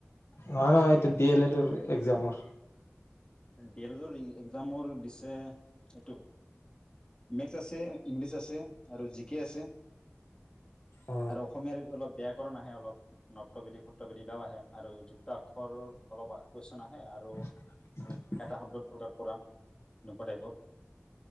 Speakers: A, on the left; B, on the left.
A: নহয়, নহয়। এইটো ডি এল এডৰ এক্সমৰ।
B: ডি এ লেড এক্সামৰ দিছে এইটো। মেকছ আছে, ইংলিছ আছে, আৰু জি কে আছে।
A: অ
B: আৰু অসমীয়াৰ অলপ ব্যয়াকৰণ আহে অলপ। নট্ৰবেদি সত্ৰবিদিলাও আহে আৰু যুক্ত আখৰৰ অলপ কুৱেশ্যন আহে আৰু
A: <unintelligible>
B: এটা শব্দত প্ৰকাশ কৰা, এনেকুৱা টাইপত,